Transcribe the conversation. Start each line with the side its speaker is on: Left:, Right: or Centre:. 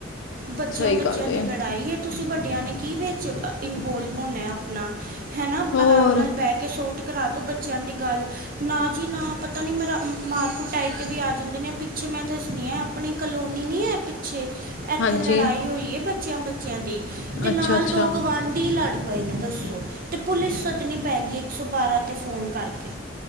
Right: ਬੱਚਿਆਂ-ਬੱਚਿਆਂ
Left: ਸਹੀ ਗੱਲ
Right: ਦੀ
Left: ਏ
Right: ਲੜਾਈ ਏ। ਤੁਸੀਂ ਵੱਡਿਆਂ ਨੇ ਕੀ ਵਿੱਚ ਅ ਇਨਵੋਲਵ ਹੋਣਾ ਆਪਣਾ ਹੈ ਨਾ
Left: ਹੋਰ
Right: ਆਰਾਮ ਨਾਲ ਬਹਿ ਕੇ ਸੋਟ ਕਰਾ ਦਿਉ ਬੱਚਿਆਂ ਦੀ ਗੱਲ ਨਾ ਜੀ ਨਾ ਪਤਾ ਨਹੀਂ ਮਰਾ ਮਾਰ ਕੂਟਾਈ ਤੇ ਵੀ ਆ ਜਾਂਦੇ ਨੇ ਪਿੱਛੇ ਮੈਂ ਦੱਸਣੀ ਆ ਆਪਣੀ ਕਲੋਨੀ ਨੀ ਏ ਪਿੱਛੇ ਇੱਥੇ
Left: ਹਾਂਜੀ
Right: ਲੜਾਈ ਹੋਈ ਹੈ ਬ ਬੱਚਿਆਂ-ਬੱਚਿਆਂ ਦੀ ਤੇ ਨਾਲ
Left: ਅੱਛਾ ਅੱਛਾ
Right: ਦੋ ਗਵਾਂਢੀ ਲੜ ਪਏ ਨੇ ਦੱਸੋ ਤੇ ਪੁਲਿਸ ਸਦਨੀ ਪੈ ਗਈ। ਇੱਕ ਸੌ ਬਾਰਾ ਤੇ ਫੋਨ ਕਰਕੇ